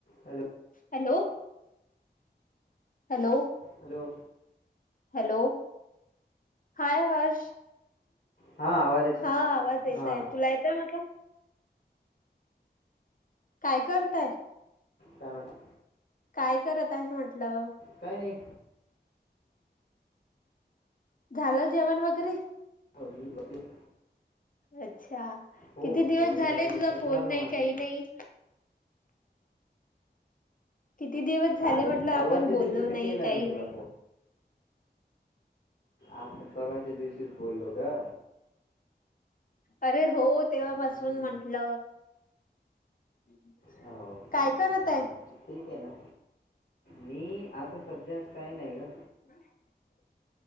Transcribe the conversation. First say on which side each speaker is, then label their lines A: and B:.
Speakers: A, on the left; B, on the left.
A: Hello.
B: Hello. Hello.
A: Hello.
B: Hello? Hi Harsh
A: हां आवाज येत
B: हा आवाज येताय
A: हां
B: तुला येताय माझा. <inaudible> काय करताय?
A: काय नाही.
B: काय करत आहे म्हटलं?
A: काय नाही.
B: झालं जेवण वगैरे?
A: हा मी येऊ लागले <inaudible>
B: अच्छा!
A: हो
B: किती दिवस
A: जेवण
B: झाले?
A: वगैरे
B: तुझा
A: तर
B: फोन
A: झालं
B: नाही
A: माझं
B: काही नाही. किती दिवस झाले?
A: काल
B: म्हटलं आपण
A: परवाच्या
B: बोललो
A: दिवशी तर
B: नाही
A: केला
B: काही
A: मी तुला
B: नाही.
A: आता! परवाच्या दिवशीच बोललो ग
B: अरे! हो. तेव्हापासून
A: हम्म.
B: म्हंटल <inaudible>
A: हो का
B: काय करत आहे?
A: ठीक आहे ना. मी आता सध्यास काही नाही. ग
B: हम <inaudible>